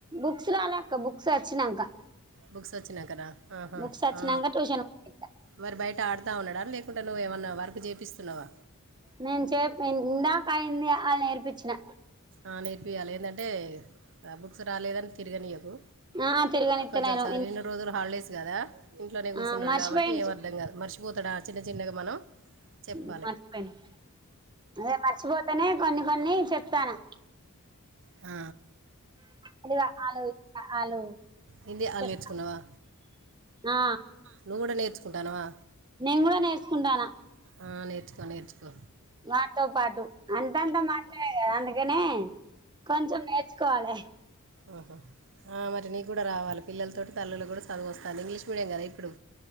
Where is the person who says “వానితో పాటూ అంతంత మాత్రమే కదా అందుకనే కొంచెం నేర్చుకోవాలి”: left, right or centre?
Right